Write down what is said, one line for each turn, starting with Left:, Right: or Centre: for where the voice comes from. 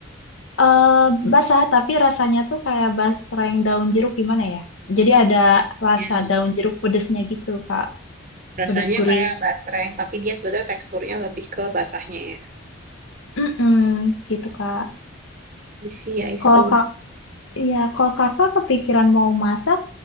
Left: eh basah tapi rasanya tuh kayak basreng daun jeruk gimana ya? Jadi ada rasa
Right: Ya.
Left: daun jeruk pedesnya gitu, Kak.
Right: Rasanya
Left: Pedes gurih.
Right: kayak basreng, tapi dia sebenarnya teksturnya lebih ke basahnya ya.
Left: Mm-mm, gitu, Kak.
Right: I see, I see.
Left: Kalau kak, ya, kalau kakak kepikiran mau masak,